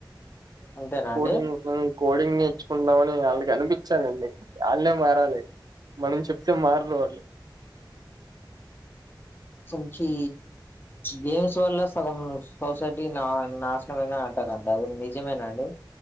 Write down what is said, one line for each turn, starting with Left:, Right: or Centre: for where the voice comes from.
Left: అంతేనా
Right: కోడింగ్
Left: అండి
Right: కోడింగ్ నేర్చుకుంటాము అని వాళ్ళకి ఆనిపించాలండి వాళ్ళే మారాలి మనం చెప్తే మారరు వాళ్ళు
Left: సంక్షి గేమ్స్ వల్ల సగం సొసైటీ నా నాశనము అయ్యింది. అంటారండి అది నిజమేనండి